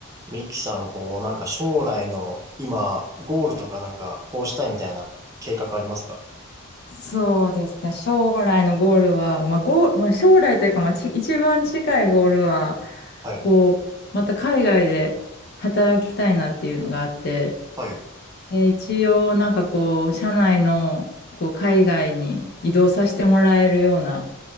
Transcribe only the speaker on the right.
ミキさん、こう、なんか将来の今、ゴールとかなんか、こうしたいみたいな計画ありますか
はい。
はい。